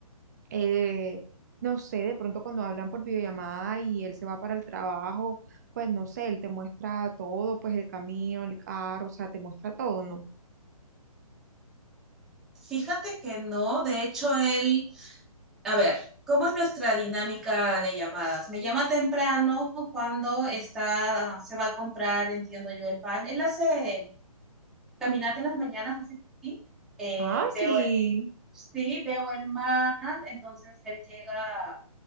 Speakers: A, on the right; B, in the centre.
A: eh, no sé, de pronto cuando hablan por videollamada y él se va para el trabajo, pues no sé, él te muestra todo, pues el camino, el carro, o sea, te muestra todo, ¿no?
B: Fíjate que no, de hecho él A ver, ¿cómo es nuestra dinámica de llamadas? Me llama temprano cuando está, se va a comprar, entiendo yo, el pan. Él hace caminata en las mañanas, hace pipí. Eh,
A: Ah, sí.
B: veo el, sí, veo el mar, entonces él llega